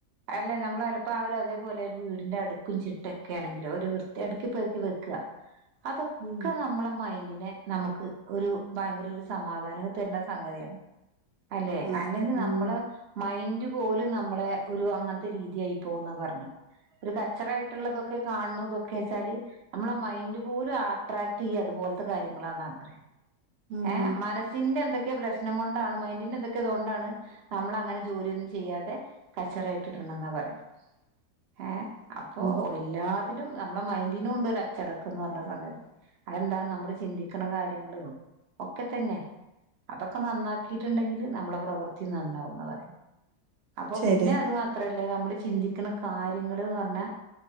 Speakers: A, on the right; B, on the right.
A: അല്ലെ നമ്മള ചിലപ്പോ <unintelligible> പോലെ ഒരു വീടിന്റെ അടുക്കും ചിട്ടൊക്കെ ആണെങ്കിലോ ഒരു വൃത്തി അടുക്കി പോക്കി വെക്കുക അതൊക്കെ
B: ഉം
A: ഇ നമ്മളെ മൈൻഡിനെ നമുക്ക് ഒരു ഭയങ്കര ഒരു സമാധാനം തരണ സംഗതിയാണ് അല്ലെ
B: അതെ
A: അല്ലെങ്കിൽ
B: ഉം
A: നമ്മള് മൈൻഡ ഇപ്പം ഓലും നമ്മളെ ഒരു അങ്ങനത്തെ രീതിയായി പോവുന്നാ പറഞ്ഞെ ഒരു കച്ചറായിട്ട്ള്ളതൊക്കെ കാണുതൊക്കെ വെച്ചാല് നമ്മളെ മൈന്റ് പോലും ആട്രാക്റ്റെയ്യാ അതുപോലത്തെ കാര്യങ്ങളാന്നാ പറയാ
B: ഉം
A: ഏഹ് മനസ്സിന്റെ എന്തെക്കെ പ്രശ് ശ്നം കൊണ്ടാണ് മൈന്റിന്റെ എന്തൊക്കെ ഇതൊണ്ടാണ് നമ്മള് അങ്ങനെ ജോലിയൊന്നും ചെ ചെയ്യാതെ കച്ചറ ഇട്ടിട്ട്ണ്ടെന്നാ പറയാ ഏ അപ്പം
B: നമുക്ക്
A: ഓ എല്ലാതിലും നമ്മളെ മൈന്റിനുണ്ട് ഒര് അച്ചടക്കം എന്ന് പറഞ്ഞ സംഗതി അതെന്താ നമ്മള് ചിന്തിക്ക്ന്ന കാര്യങ്ങളോ ഒക്കെത്തെന്നെ അതൊക്കെ നന്നാക്കീട്ട്ണ്ടെങ്കില് നമ്മളെ പ്രവൃത്തി നന്നാവുന്നാ പറയ അപ്പൊ
B: ശരിയാ
A: പിന്നെ അത് മാത്രല്ല നമ്മള് ചിന്തിക്ക്ണ കാര്യങ്ങള്ന്ന് പറഞ്ഞാ